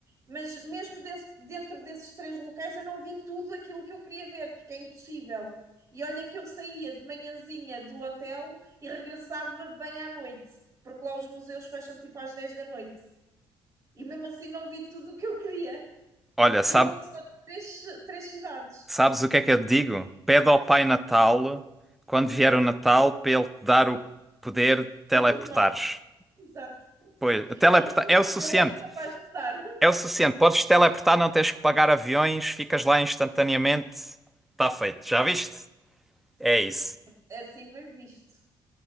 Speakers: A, on the right (about 40°); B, in the centre.
A: mas mesmo desse- dentro desses três locais eu não vi tudo aquilo que eu queria ver, porque é impossível. E olha que eu saía de manhãzinha do hotel e regressava bem à noite, porque lá os museus fecham tipo às 10 da noite. E mesmo assim não vi tudo o que eu queria.
B: Olha, sabe,
A: E foram só três, três cidades.
B: sabes o que é que eu te digo? Pede ao Pai Natal, quando vier o Natal, para ele te dar o poder de teleportares.
A: O Ternov, exato.
B: Pois, teleportar
A: Não, o Ternov
B: é o suficiente.
A: dele era capaz de dar.
B: É o suficiente. Podes teleportar, não tens que pagar aviões, ficas lá instantaneamente. Está feito. Já viste?
A: Sim,
B: É isso.
A: é assim bem visto.